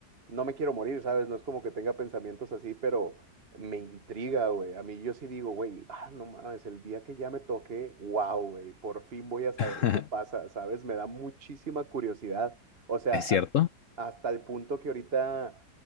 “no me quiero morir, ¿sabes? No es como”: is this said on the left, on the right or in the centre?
Right